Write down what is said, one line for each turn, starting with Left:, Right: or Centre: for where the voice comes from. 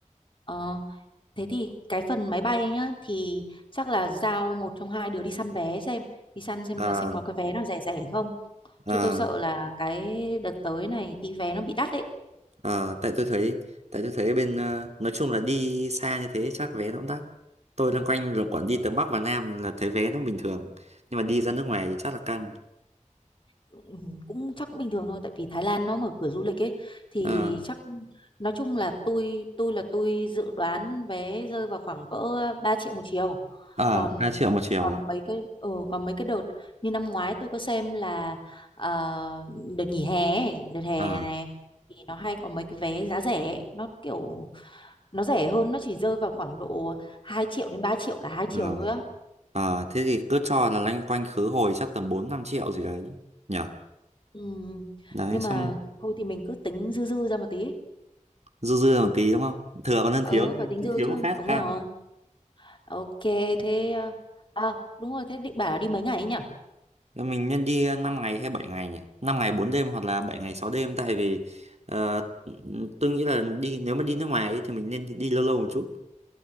Left: Ờ, thế thì cái phần máy bay nhá thì chắc là giao một trong hai đứa đi săn vé xem đi săn xem
Right: ờ,
Left: là xem có cái vé nào rẻ rẻ không
Right: ờ,
Left: chứ tôi sợ là cái đợt tới này đi vé nó bị đắt đấy
Right: ờ, tại tôi thấy tại tôi thấy bên ờ, nói chung là đi xa như thế chắc vé nó cũng đắt tôi loanh quanh là quản đi từ Bắc và Nam là thấy vé nó bình thường nhưng mà đi ra nước ngoài thì chắc là căng
Left: Ừ, cũng chắc cũng bình thường thôi tại vì Thái Lan nó mở cửa du lịch ấy thì
Right: ờ,
Left: chắc nói chung là tôi tôi là tôi dự đoán vé rơi vào khoảng cỡ 3 triệu một chiều
Right: ờ,
Left: còn
Right: 3 triệu một chiều
Left: còn
Right: à
Left: mấy cái ừ, còn mấy cái đợt như năm ngoái tôi có xem là ờ, đợt nghỉ hè ấy, đợt hè
Right: ờ,
Left: này thì nó hay có mấy cái vé giá rẻ ấy. nó kiểu nó rẻ hơn nó chỉ rơi vào khoảng độ 2 triệu đến 3 triệu cả hai chiều
Right: ờ.
Left: thôi á
Right: Ờ, thế thì cứ cho là loanh quanh khứ hồi chắc tầm 4 5 triệu gì đấy nhỉ.
Left: ừ,
Right: Đấy
Left: nhưng
Right: xong
Left: mà thôi thì mình cứ tính dư dư ra một tí
Right: dư dư một tí đúng không? Thừa còn hơn
Left: Ừ,
Right: thiếu,
Left: phải tính
Right: cứ
Left: dư
Right: thiếu
Left: chứ.
Right: một phát
Left: Đúng
Right: căng.
Left: rồi. Ok, thế... ờ, À, đúng rồi, thế định bảo là đi mấy ngày ấy nhỉ?
Right: Thế Mình nên đi ờ, 5 ngày hay 7 ngày nhỉ? năm ngày 4 đêm hoặc là 7 ngày 6 đêm tại vì ờ, tôi nghĩ là đi nếu mà đi nước ngoài ấy, thì mình nên đi, đi lâu lâu một chút.